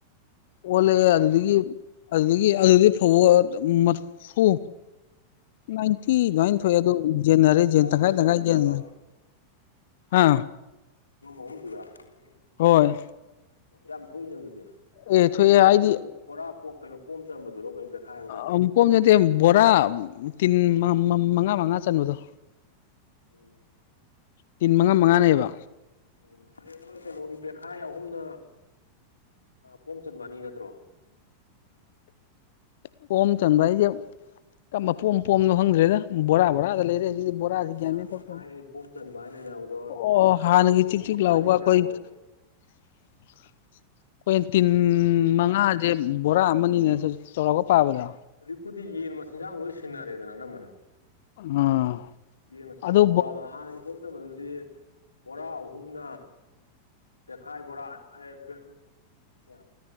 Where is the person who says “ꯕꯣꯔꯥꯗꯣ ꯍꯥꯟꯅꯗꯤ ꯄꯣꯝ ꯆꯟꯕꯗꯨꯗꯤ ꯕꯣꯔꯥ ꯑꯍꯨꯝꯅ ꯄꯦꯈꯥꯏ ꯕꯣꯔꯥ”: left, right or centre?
Left